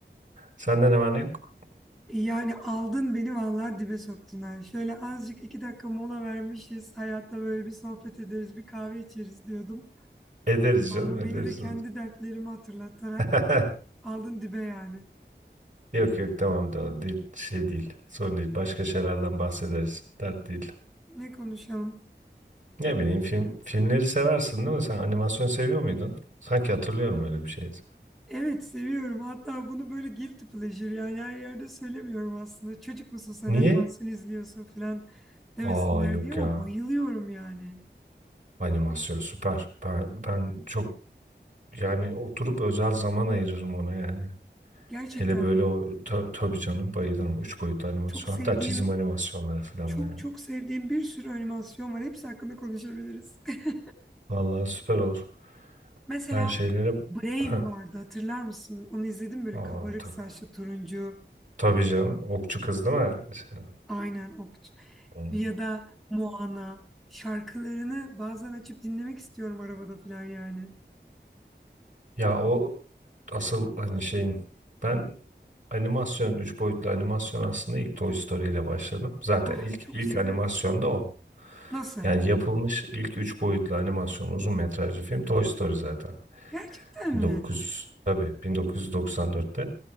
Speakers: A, on the right; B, in the centre.
A: Senden hemen yok.
B: Yani aldın beni vallahi dibe soktun ha. Şöyle azıcık iki dakika mola vermişiz. Hayatta böyle bir sohbet ederiz, bir kahve içeriz diyordum.
A: Ederiz
B: Ama
A: canım ederiz.
B: beni de kendi dertlerimi hatırlatarak
A: <laughs>
B: aldın dibe yani.
A: Yok yok tamam da değil, şey değil sorun değil başka şeylerden bahsederiz dert değil.
B: Ne konuşalım?
A: Ne bileyim film filmleri seversin değil mi sen animasyon seviyor muydun? Sanki hatırlıyorum öyle bir şeydi.
B: Evet seviyorum. Hatta bunu böyle guilty pleasure yani her yerde söylemiyorum aslında. Çocuk musun sen?
A: Niye?
B: Animasyon izliyorsun falan demesinler
A: Aa yok
B: diye ama
A: ya.
B: bayılıyorum yani.
A: Animasyon süper. Ben, ben çok yani oturup özel zaman ayırırım ona yani.
B: Gerçekten
A: Hele böyle
B: mi?
A: o ta- tabii canım bayılırım. Üç boyutlu animasyon.
B: Çok sevdiğim,
A: Hatta çizim animasyonları falan
B: çok
A: da yani.
B: çok sevdiğim bir sürü animasyon var. Hepsi hakkında konuşabiliriz. <laughs>
A: Vallahi süper olur.
B: Mesela
A: Ben şeylere...
B: Brave
A: Heh.
B: vardı. Hatırlar mısın? Onu izledim böyle
A: Aa,
B: kabarık
A: tabii.
B: saçlı turuncu.
A: Tabii canım. Okçu kız değil mi? Şey-
B: Aynen okçu.
A: Hı.
B: Ya da Moana. Şarkılarını bazen açıp dinlemek istiyorum arabada falan yani.
A: Ya o asıl hani şeyin... Ben animasyon, üç boyutlu animasyon aslında ilk Toy Story ile başladım. Zaten
B: Ah
A: ilk
B: çok
A: ilk
B: severim.
A: animasyon da o.
B: Nasıl?
A: Yani yapılmış ilk üç boyutlu animasyon uzun metrajlı film Toy Story zaten.
B: Gerçekten
A: 1900
B: mi?
A: tabii 1994'te.